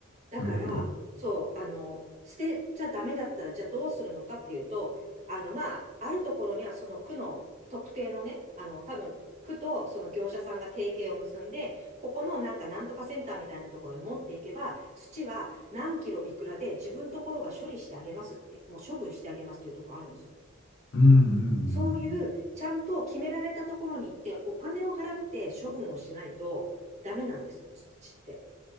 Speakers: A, on the right; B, on the left.
A: だから、
B: なるほど。
A: そう、あの、捨てちゃダメだったら、じゃあどうするのかっていうと、あの、まあ、あるところにはその区の特定のね、あの、多分、区とその業者さんが提携を結んで、ここのなんかなんとかセンターみたいなところに持っていけば、土は何キロいくらで自分ところが処理してあげますって、もう処分してあげますっていうところあるんですよ。
B: うんうんう
A: そういう、
B: んうん。
A: ちゃんと決められたところに行って、お金を払って処分をしないとダメなんです、土って。